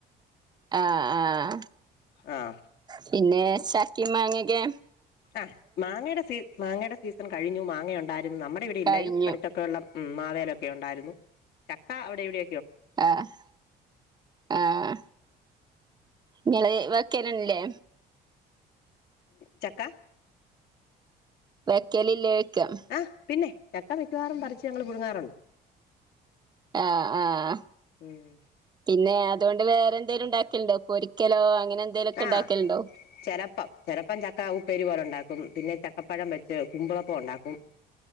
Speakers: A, on the right (about 25°); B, on the left (about 75°).
A: ആഹ ആഹ
B: ആഹ്
A: പിന്നെ ഈ മാങ്ങയൊക്കെ
B: ആഹ മാങ്ങയുടെ സീ മാങ്ങയുടെ സീസൺ കഴഞ്ഞു മാങ്ങയ ഉണ്ടായി നമ്മുടെ ഇവിടെ ഇല്ലായാലും
A: കഴിഞ്ഞു
B: അടുതൊക്കെ ഉള്ള ഉം മാവേലൊക്കെ ഉണ്ടായിരുന്നു ചക്ക അവിടെ എവിടെ
A: ആഹ് ആഹ ഇങ്ങെ വക്കാനല്ലേ
B: ചക്ക
A: വെക്കലില്ലേ വയ്ക്കാം
B: ആഹ് പിന്നെ ചക്ക മിക്കവാറും പറിച്ച് ഞങ്ൾ പുഴുങ്‌രുണ്ട്
A: ആഹ ആഹ്
B: ഉം
A: പിന്നെ അതുകൊണ്ട് വേറെ എന്തേലും ഉണ്ടാക്കിണ്ട പൊരിക്കലോ അങ്ങനെ എന്തേലുമൊക്കെ
B: ആഹ
A: ഉണ്ടാക്കലുണ്ടോ
B: ചെലപ്പം ചെറുപ്പം ചക്ക ഉപ്പേരി പോലെ ഉണ്ടാക്കും പിന്നെ ചക്കപ്പഴം വെച്ച് കുമ്പിളപ്പം ഉണ്ടാക്കും